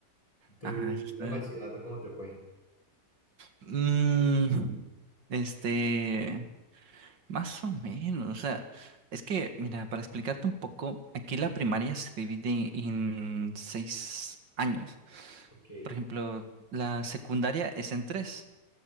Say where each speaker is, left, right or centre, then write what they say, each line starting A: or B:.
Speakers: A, on the left; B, on the right.
A: ¿Y tú
B: Ah, eso está.
A: en bachillerato cómo te fue?
B: Mm, este, más o menos, o sea, es que, mira, para explicarte un poco, aquí la primaria se divide en seis años.
A: Ok.
B: Por ejemplo, la secundaria es en tres